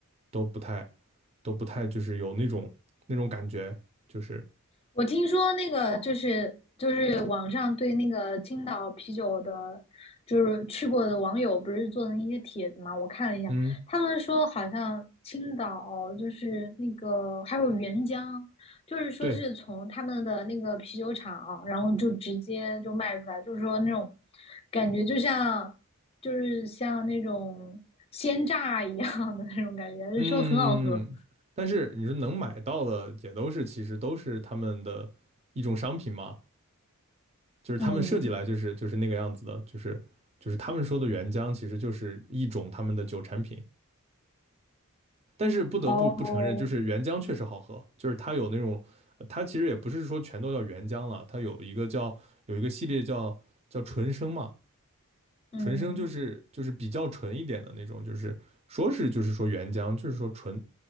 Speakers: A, on the right; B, on the left.
A: 都不太都不太就是有那种那种感觉，就是
B: 我听说那个就是就是网上对那个青岛啤酒的，就是去过的网友不是做的那些帖子嘛，我看了一下，
A: 嗯
B: 他们说好像青岛就是那个还有原浆，就是说是从他们的那个啤酒厂，
A: 对
B: 然后就直接就卖出来，就是说那种感觉就像就是像那种鲜榨一样的那种感觉，就说很好喝。
A: 嗯，但是你说能买到的也都是其实都是他们的一种商品嘛，就是他们设计来就是就是那个样子的，
B: 嗯，
A: 就是就是他们说的原浆其实就是一种他们的酒产品。但是不得不不承认，
B: 哦，
A: 就是原浆确实好喝，就是它有那种，呃它其实也不是说全都叫原浆了，它有一个叫有一个系列叫叫纯生嘛，
B: 嗯。
A: 纯生就是就是比较纯一点的那种，就是说是就是说原浆，就是说纯